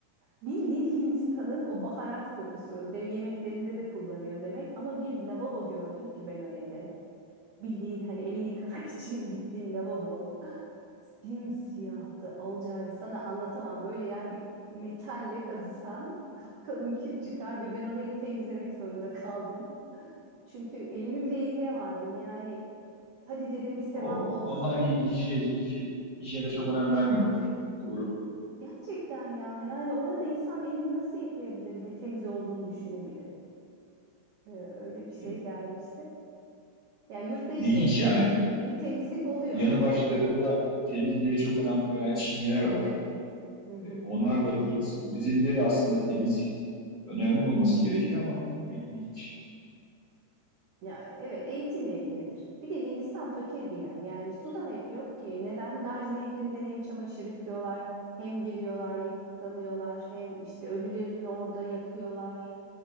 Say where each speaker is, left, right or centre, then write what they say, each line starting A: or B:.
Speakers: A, on the right; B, on the right.
A: Bildiğin Hindistan'ın o baharat kokusu. De, yemeklerinde de kullanıyor demek. Ama bir lavabo gördüm ki ben o evde. Bildiğin hani elini yıkamak <laughs> için gittiğin lavabo. Simsiyahtı Olcay. Sana anlatamam. Böyle yani bir metalle kazısan kapkalın kir çıkar ve ben orayı temizlemek zorunda kaldım. Çünkü elimi bile yıkayamazdım. Yani Hadi dedim bir sevap
B: O-
A: olsun.
B: onlar hi, hijye- hijye- hijyene çok önem vermiyorlar. Doğru.
A: Gerçekten ya. Yani orada insan elini nasıl yıkayabilir ve temiz olduğunu düşünebilir. Ee, öyle bir şey
B: Evet.
A: gelmişti. Ya yurtta işte
B: İlginç
A: ise
B: yani.
A: bir temizlik oluyor
B: Yanı
A: hani.
B: başlarında temizliğe çok önem veren Çinliler var.
A: Hı hı.
B: E, onlar da Budist. Budizmde de aslında temizlik önemli olması gerekiyor ama bir ilginç.
A: Ya evet eğitimle ilgilidir. Bir de Hindistan fakir bir yer. Yani su da hep yok ki. Neden? Ganj Nehri'nde hem çamaşır yıkıyorlar, hem giriyorlar, yıkanıyorlar, hem işte ölülerini orada yakıyorlar.